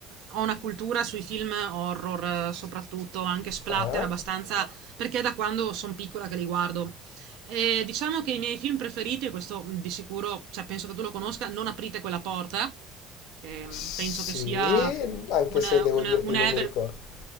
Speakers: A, on the right; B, on the left.
A: ho una cultura sui film horror, eh, soprattutto anche splatter
B: Ah,
A: abbastanza, perché è da quando sono piccola che li guardo. E diciamo che i miei film preferiti, e questo mh, di sicuro, cioè penso che tu lo conosca, Non aprite quella porta, che mh,
B: sì,
A: penso che sia
B: anche
A: un,
B: se devo
A: un,
B: dirti
A: un ever...
B: non mi ricordo.